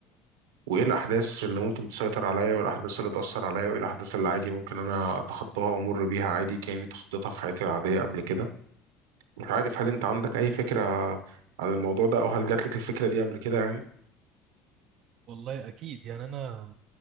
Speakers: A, on the right; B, on the right.
A: وايه الاحداث اللي ممكن تسيطر عليا والاحداث اللي تاثر عليا وايه الاحداث اللي عادي ممكن انا اتخطاها وامر بيها عادي كاني تخطيتها في حياتي العاديه قبل كده مش عارف هل انت عندك اي فكره عن الموضوع ده او هل جات لك الفكره دي قبل كده يعني
B: والله اكيد يعني انا